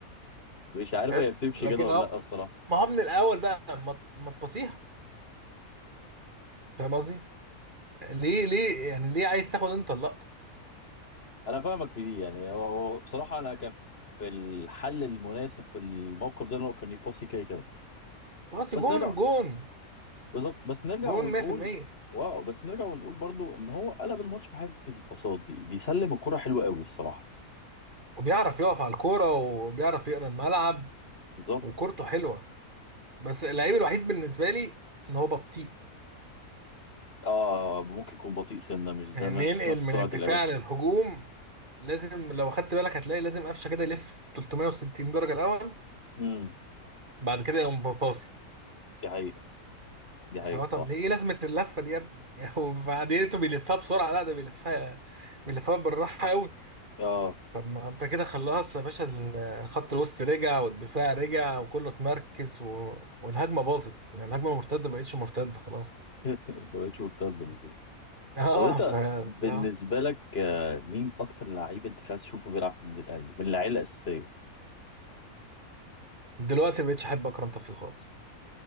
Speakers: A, on the left; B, on the right.
A: مش عارف
B: بس
A: هي بتمشي
B: لكن
A: كده ولا
B: اهو
A: لا الصراحه
B: ما هو من الاول بقى ما ما تبصيها فاهم قصدي ليه ليه يعني ليه عايز تاخد انت اللقطه
A: انا فاهمك في دي يعني هو هو بصراحه انا كان في الحل المناسب في الموقف ده ان هو كان يباصي كده كده
B: باصي
A: بس
B: جون
A: نرجع
B: جون
A: بالظبط بس نرجع
B: جون
A: ونقول
B: 100%
A: واو بس نرجع ونقول برضو ان هو قلب الماتش في حته الباصات دي بيسلم الكره حلوه قوي الصراحه
B: وبيعرف يقف على الكوره وبيعرف يقرا الملعب
A: بالظبط
B: وكورته حلوه بس اللعيب الوحيد بالنسبه لي ان هو بطيء
A: اه ممكن يكون بطيء سنه مش زي
B: يعني ننقل
A: نفس نفس
B: من
A: سرعه
B: الدفاع
A: اللعيبه التانيه
B: للهجوم لازم لو خدت بالك هتلاقي لازم قفشه كده يلف 360 درجه الاول
A: امم
B: بعد كده يقوم باصي
A: دي حقيقه دي حقيقه
B: اللي هو طب
A: صح
B: ليه ايه لازمه اللفه دي يا ابني <laughs> وبعدين انتوا بيلفها بسرعه لا ده بيلفها بيلفها بالراحه قوي
A: اه
B: طب ما انت كده خلاص يا باشا الخط الوسط رجع والدفاع رجع وكله اتمركز و... والهجمه باظت يعني الهجمه مرتده ما بقتش مرتده خلاص
A: <laughs> ما بقتش مرتده
B: <laughs> اه
A: طب انت
B: ف
A: بالنسبه
B: لا.
A: لك آه، مين اكتر لعيب انت مش عايز تشوفه بيلعب في النادي الاهلي من اللعيبه الاساسيه
B: دلوقتي ما بقتش احب اكرم توفيق خالص